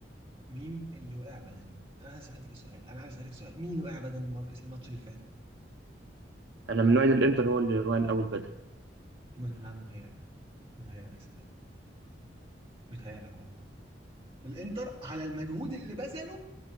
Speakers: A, on the right; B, on the right.
A: مين اللي وقع بدني انا سألت سؤال انا عايز اسالك سؤال مين اللي وقع بدني المر- الماتش اللي فات
B: انا من نوع إن الانتر هو اللي هو الاول بدني
A: م- لا متهيألك متهيألك صدقني متهيألك والله الانتر على المجهود اللي بذله